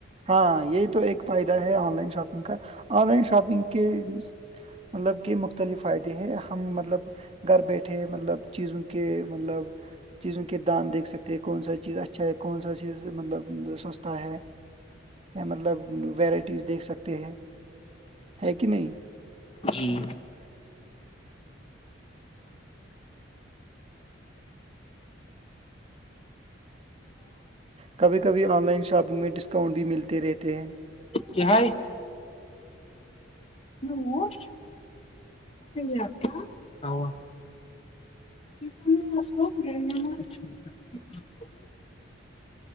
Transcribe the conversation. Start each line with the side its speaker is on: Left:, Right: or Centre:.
Right: ہاں یہ تو ایک فائدہ ہے آن لائن شاپنگ کا آن لائن شاپنگ کے مطلب کہ مختلف فائدے ہیں ہم مطلب گھر بیٹھے مطلب چیزوں کے مطلب چیزوں کے دان دیکھ سکتے کہ کون سا چیز اچھا ہے کون سا چیز مطلب سستا ہے یا مطلب ویرائٹیز دیکھ سکتے ہیں ہے کہ نہیں
Left: جی <inaudible> <unintelligible>
Right: کبھی کبھی آن لائن شاپنگ میں ڈسکاؤنٹ بھی ملتے رہتے ہیں
Left: کیا حائی <unintelligible> <unintelligible>